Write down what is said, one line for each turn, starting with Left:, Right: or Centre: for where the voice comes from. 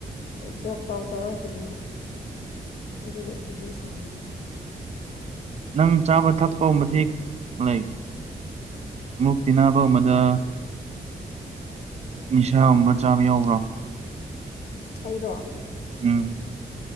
Left: ꯖꯣꯕ ꯇꯧ ꯇꯧꯔꯒ ꯍꯤꯡꯉꯣ ꯑꯗꯨꯗ ꯄꯨꯟꯖꯤ ꯁꯥꯡꯕꯗꯣ
Right: ꯅꯪ ꯆꯥꯕ ꯊꯛꯄꯒꯨꯝꯕꯗꯤ ꯂꯥꯏꯛ ꯃꯨꯛꯇꯤꯅꯥꯕꯧꯃꯗ ꯅꯤꯁꯥꯒꯨꯝꯕ ꯆꯥꯕ ꯌꯥꯎꯕ꯭ꯔꯣ
Left: ꯑꯩꯔꯣ
Right: ꯎꯝ